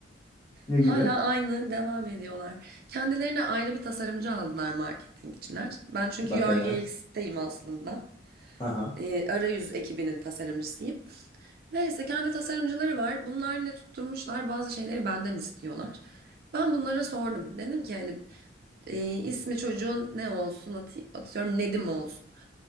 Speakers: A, on the left; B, on the right.
A: Ne
B: Hala
A: gibi?
B: aynı devam ediyorlar. Kendilerine ayrı bir tasarımcı aldılar marketingçiler. Ben çünkü
A: Bak
B: UI
A: hele.
B: UX'teyim aslında.
A: Ha ha.
B: Ee, arayüz ekibinin tasarımcısıyım. Neyse kendi tasarımcıları var. Bunlar yine tutturmuşlar bazı şeyleri benden istiyorlar. Ben bunlara sordum. Dedim ki hani e, ismi çocuğun ne olsun Ati- atıyorum Nedim olsun.